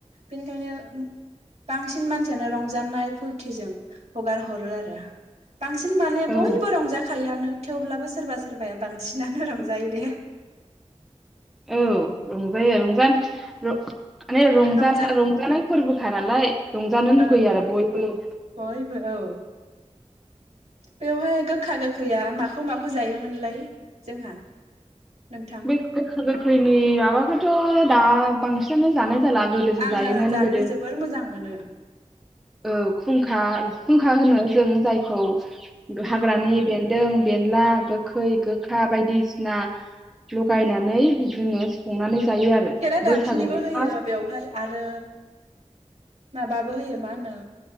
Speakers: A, on the right; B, in the centre.
A: बेनिखायनो बांसिन मानसियानो रंजानाय जों हगार हरो आरो बांसिन माने
B: औ
A: बयबो रंजाखायोआनो थेवब्लाबो सोरबा सोरबाया बांसिनानो रं जायो दे
B: औ रंजायो रंजानो माने रंज
A: रंजा
B: रंजानाय फोरबोखा नालाय रंजानो लुगैयो
A: औ
B: आरो बयबो
A: बयबो औ बेवहाय गोखा गोखैया माखौ माखौ जायोमोनलाय जोंहा नोंथां
B: बे गोखा गोग्खै फैनि माबाखौथ' दा बांसिनानो जानाय जाला गोदोसो
A: आङो
B: जायोमोन
A: जानो
B: गोदो
A: जोबोर मोजां मोनो।
B: औ खुंखा खुंखा होनो जों जायखौ
A: उम
B: हाग्रानि बेन दों बेला गोखै गोखा बायदिसिना लगायनानै जोङो संनानै जायो आरो
A: खेरादाफिनिबो
B: बैसागुनि
A: होयो
B: फार्स्ट
A: बेवहाय आरो माबाबो होयो मा होनो